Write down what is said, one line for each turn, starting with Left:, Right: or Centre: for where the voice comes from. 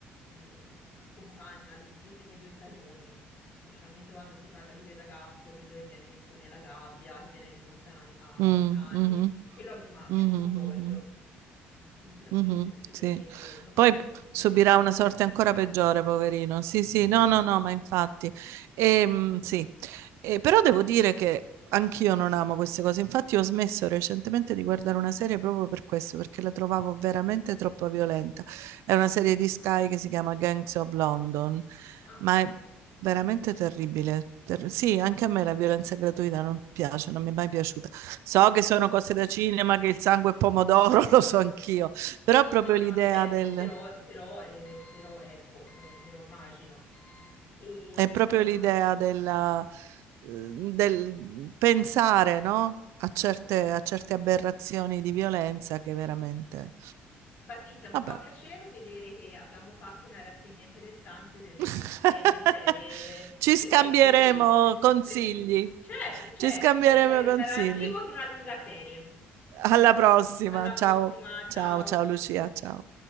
Left: eh, accompagna le, le prime due stagioni, specialmente quando si parla di quel ragazzo, quello che viene messo nella gabbia, che viene ridotto a, un ani- a
Right: Mm,
Left: un cane,
Right: mhm,
Left: quello mi, m'ha-
Right: mhm,
Left: mi ha sconvolto,
Right: mhm.
Left: sinceramente,
Right: Mhm,
Left: e
Right: sì.
Left: non
Right: Poi
Left: sono
Right: p-
Left: di-
Right: subirà
Left: riuscita ad andare
Right: una sorte
Left: avanti.
Right: ancora peggiore, poverino. Sì, sì, no, no, no, ma infatti. Ehm, sì. Eh, però devo dire che anch'io non amo queste cose. Infatti ho smesso recentemente di guardare una serie proprio per questo, perché la trovavo veramente troppo violenta. È una serie di Sky che si chiama Gangs of London,
Left: Ah,
Right: ma
Left: ok.
Right: è veramente terribile. Ter- sì, anche a me la violenza gratuita non piace, non mi è mai piaciuta. So che sono cose da cinema, che il sangue è pomodoro, <laughs> lo so anch'io, però proprio
Left: No, no,
Right: l'idea
Left: certo,
Right: del,
Left: però, però, eh, però ecco, eh, me lo immagino. E
Right: è proprio
Left: me lo immagino.
Right: l'idea della- eh, del pensare, no? A certe, a certe aberrazioni di violenza che veramente...
Left: Patrizia, mi
Right: Vabbè.
Left: fa piacere vedere che abbiamo fatto una rassegna interessante delle
Right: <laughs>
Left: nostre serie
Right: Ci
Left: prefe-
Right: scambieremo
Left: preferi- pre-
Right: consigli.
Left: preferite. Certo, certo,
Right: Ci scambieremo
Left: certo, eh,
Right: consigli.
Left: sarà il primo di una lunga serie.
Right: Alla prossima.
Left: Alla
Right: Ciao,
Left: prossima, ciao.
Right: ciao, ciao Lucia, ciao.